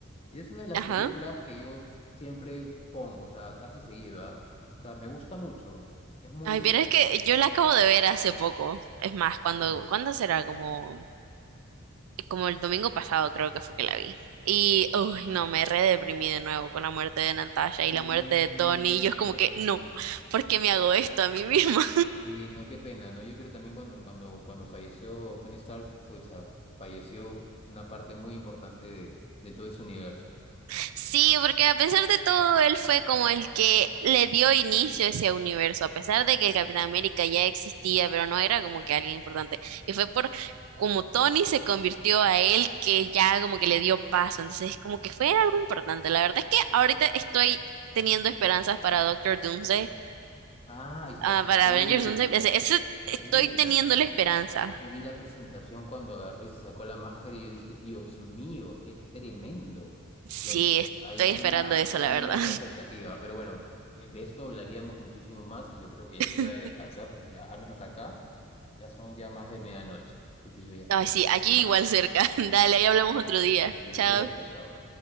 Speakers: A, on the left; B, on the right.
A: y es una de las
B: Ajá.
A: películas que yo siempre pongo, o sea, casi seguida, O sea, me gusta mucho, es muy
B: Ay,
A: entretenida.
B: pero es que yo la acabo de ver hace poco. Es más, cuando,
A: Ah, mira.
B: ¿cuándo será? Como como el domingo pasado creo que fue que la vi. Y, uy, no, me re deprimí de nuevo con la muerte de Natasha
A: Sí,
B: y la muerte de Tony. Y yo es como
A: qué pena.
B: que, no, ¿por qué me hago esto a mí misma?
A: Sí, no, qué pena, ¿no? Yo creo también cuando, cuando, cuando falleció Tony Stark, pucha, falleció una parte muy importante de, de todo ese universo.
B: <laughs> Sí, porque a pesar de todo, él fue como el que le dio inicio a ese universo, a pesar de que el Capitán América ya existía, pero no era como que alguien importante. Y fue por como Tony se convirtió a él que ya como que le dio paso. Entonces, como que fue algo importante. La verdad es que ahorita estoy teniendo esperanzas para Doctor Doomsday
A: Ah, y Sebastián.
B: Ah, para
A: Uy,
B: Avengers Doomsday, ese- ese- estoy
A: uy.
B: teniendo la esperanza.
A: Yo vi la presentación cuando agarró y se sacó la máscara y yo dije, Dios mío, qué tremendo.
B: Sí,
A: Bueno,
B: estoy
A: hay, hay
B: esperando
A: una,
B: eso, la
A: hay
B: verdad.
A: una alta expectativa, pero bueno, de de esto hablaríamos muchísimo más y yo creo que ya
B: <laughs>
A: es hora de descansar porque ya, al menos acá, ya son ya más de medianoche. Así que yo ya te
B: Ay,
A: tengo
B: sí,
A: que
B: aquí
A: dejar.
B: igual cerca. <laughs> Dale, ahí hablamos otro día.
A: Y
B: Chao.
A: cuídate, chao.